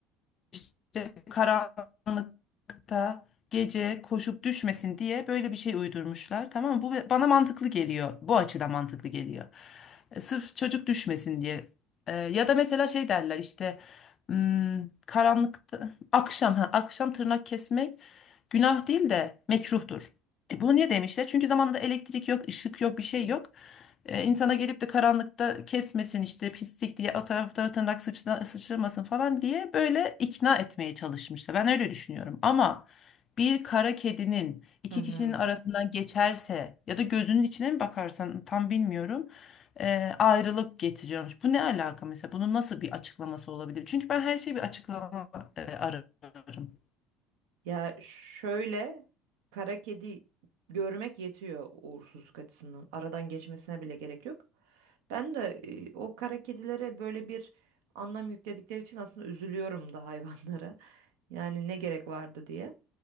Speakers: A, on the left; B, on the right.
A: işte karanlıkta gece koşup düşmesin diye böyle bir şey uydurmuşlar. Tamam mı? Bu bana mantıklı geliyor. Bu açıdan mantıklı geliyor. E, Sırf çocuk düşmesin diye. E, ya da mesela şey derler işte hmm, karanlıkta akşam ha akşam tırnak kesmek Günah değil de mekruhtur. E bunu niye demişler? Çünkü zamanında elektrik yok, ışık yok, bir şey yok. E, insana gelip de karanlıkta kesmesin işte pislik diye o taraf bu tarafa tırnak sıçra- sıçramasın falan diye böyle ikna etmeye çalışmışlar. Ben öyle düşünüyorum ama bir kara kedinin iki
B: Hı hı.
A: kişinin arasından geçerse ya da gözünün içine mi bakarsan tam bilmiyorum e, ayrılık getiriyormuş. Bu ne alaka mesela? Bunun nasıl bir açıklaması olabilir? Çünkü ben her şeyi bir açıklama e, ararım.
B: Ya şöyle kara kedi görmek yetiyor uğursuzluk açısından. Aradan geçmesine bile gerek yok. Ben de e, o kara kedilere böyle bir anlam yükledikleri için aslında üzülüyorum da hayvanlara. <laughs> Yani ne gerek vardı diye.